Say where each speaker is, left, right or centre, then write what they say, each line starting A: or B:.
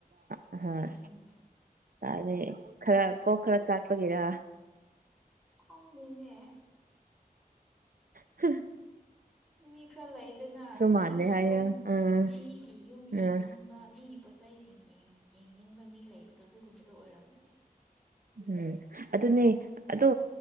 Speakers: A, on the right; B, in the centre.
A: ꯑꯍꯣꯏ
B: ꯎꯝ
A: ꯀꯗꯥꯏꯗꯩ ꯈꯔ ꯀꯣꯛ ꯈꯔ ꯆꯥꯛꯄꯒꯤꯔ
B: ꯈꯪꯗꯦꯅꯦ
A: ꯍ
B: ꯃꯤ ꯈꯔ ꯂꯩꯗꯅ ꯃꯤꯒꯤ
A: ꯃꯥꯟꯗꯦ ꯍꯥꯏꯌꯦ
B: ꯌꯨꯝ
A: ꯎꯝ
B: ꯃꯤꯒꯤ ꯌꯨꯝ
A: ꯎꯝ
B: ꯌꯦꯡꯅꯤꯡꯕ ꯃꯤꯒꯤ ꯆꯩꯁꯤꯡ ꯌꯦꯡꯅꯤꯡꯕ ꯃꯤ ꯂꯩꯕꯗꯣ ꯑꯗꯨꯒꯨꯝꯕꯗꯨꯣ ꯑꯣꯏꯔꯝꯒꯅꯤ
A: ꯎꯝ ꯑꯗꯨꯅꯦ ꯑꯗꯣ